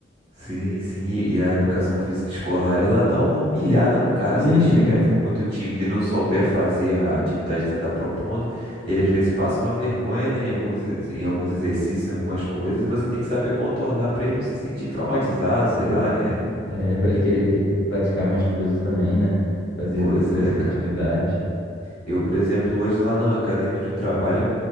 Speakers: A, on the right; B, on the left.
A: Sim, sim, e e a educação física escolar, ela dá uma humilhada no cara
B: Uhum.
A: se ele chegar e for muito tímido e não souber fazer a atividade que você está propondo, ele às vezes passa uma vergonha, né, em alguns, ex- em alguns exercícios, em algumas coisas, e você tem que saber contornar para ele não se sentir traumatizado, sei lá, né?
B: É, para ele querer praticar mais coisas também, né? Fazer
A: Pois
B: as- outras
A: é, cara.
B: atividades.
A: Eu, por exemplo, hoje lá na academia onde eu trabalho,